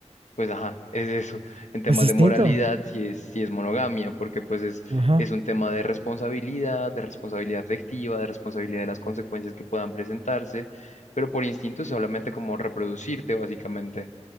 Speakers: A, on the left; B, on the right.
A: pues ajá, es eso. En temas
B: es instinto.
A: de moralidad, sí es, sí es monogamia, porque pues
B: Ajá.
A: es un tema de responsabilidad, de responsabilidad afectiva, de responsabilidad de las consecuencias que puedan presentarse, pero por instinto es solamente como reproducirte, básicamente.